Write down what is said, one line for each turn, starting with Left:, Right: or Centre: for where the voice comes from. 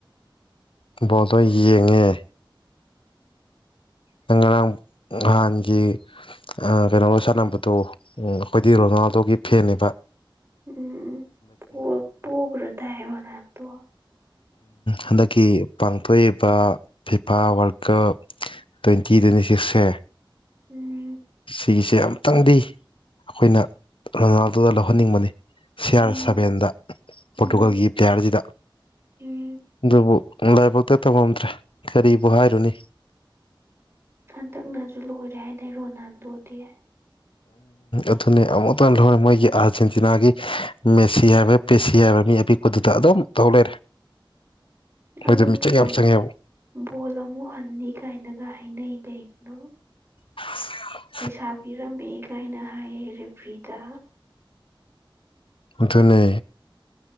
Left: ꯕꯣꯜꯗꯣ ꯌꯦꯡꯉꯦ ꯅꯪ ꯉꯔꯥꯡ ꯅꯍꯥꯟꯒꯤ ꯀꯩꯅꯣ ꯁꯥꯟꯅꯕꯗꯣ ꯑꯩꯈꯣꯏꯗꯤ ꯔꯣꯅꯥꯜꯗꯣꯒꯤ ꯐꯦꯟꯅꯦꯕꯥ
Right: ꯎꯝ ꯕꯣꯜ ꯄꯣꯒꯔꯗꯥꯏ ꯔꯣꯅꯥꯜꯗꯣ
Left: ꯍꯟꯗꯛꯀꯤ ꯄꯥꯡꯊꯣꯛꯏꯕ ꯐꯤꯐꯥ ꯋꯥꯔꯜ ꯀꯞ ꯇ꯭ꯋꯦꯟꯇꯤ-ꯇ꯭ꯋꯦꯟꯇꯤ ꯁꯤꯛꯁꯦ
Right: ꯎꯝ
Left: ꯁꯤꯒꯤꯁꯦ ꯑꯃꯨꯛꯇꯪꯗꯤ ꯑꯩꯈꯣꯏꯅ ꯔꯣꯅꯥꯜꯗꯣꯗ ꯂꯧꯍꯟꯅꯤꯡꯕꯅꯤ ꯁꯤꯑꯥꯔ
Right: ꯎꯝ
Left: ꯁꯚꯦꯟꯗ ꯄꯣꯔꯇꯨꯒꯜꯒꯤ
Right: ꯎꯝ
Left: ꯄ꯭ꯂꯦꯌꯥꯔꯁꯤꯗ
Right: ꯎꯝ
Left: ꯑꯗꯨꯕꯨ ꯂꯥꯏꯕꯛꯇ ꯇꯃꯝꯗꯔ꯭ꯦ ꯀꯔꯤꯕꯨ ꯍꯥꯏꯔꯨꯅꯤ
Right: ꯍꯟꯗꯛꯅꯁꯨ ꯂꯣꯏꯔꯦ ꯍꯥꯏꯗꯥꯏ ꯔꯣꯅꯥꯜꯗꯣꯗꯤ
Left: ꯑꯗꯨꯅꯤ ꯑꯃꯨꯛꯇꯪꯗ ꯃꯣꯏꯒꯤ ꯑꯥꯔꯖꯦꯟꯇꯤꯅꯥꯒꯤ ꯃꯦꯁꯤ ꯍꯥꯏꯕ ꯄꯦꯁꯤ ꯍꯥꯏꯕ ꯃꯤ ꯑꯄꯤꯛꯄꯗꯨꯗ ꯑꯗꯨꯝ ꯇꯧꯍ ꯂꯩꯔꯦ ꯃꯣꯏꯗꯣ
Right: ꯑꯗꯣ
Left: ꯃꯤꯆꯪ
Right: ꯕꯣ
Left: ꯌꯥꯝ ꯆꯪꯉꯦꯕ
Right: ꯕꯣꯜ ꯑꯃꯨꯛ ꯍꯟꯅꯤ ꯀꯥꯏꯅꯒ ꯍꯥꯏꯅꯩ ꯀꯩꯒꯤꯅꯣ
Left: ꯑ
Right: ꯄꯩꯁꯥ ꯄꯤꯔꯝꯃꯦ ꯀꯥꯏꯅ ꯍꯥꯏꯌꯦ ꯔꯦꯐ꯭ꯔꯤꯗ
Left: ꯑꯗꯨꯇꯣ ꯅ